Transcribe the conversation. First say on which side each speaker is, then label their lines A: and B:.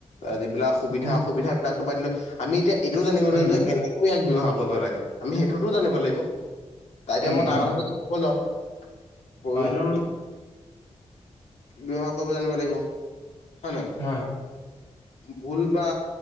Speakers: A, on the left; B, on the left.
A: যিবিলাক সুবিধা
B: উম
A: অসুবিধাবিলাকতো পাতিলো। আমি এতিয়া এইটো জানিব
B: উম
A: লাগে
B: উম
A: যে কেনে ইয়াক ব্যৱহাৰ কৰিব লাগে আমি সেইটোতো জানিব লাগিব। তাৰ এতিয়া
B: উম
A: মই তাৰ
B: উম
A: কথা যদি ক'ব যাওঁ প্ৰয়োজন
B: হয়
A: ব্যৱহাৰ কৰিব জানিব লাগিব। হয় নে?
B: হয়
A: ভুল বা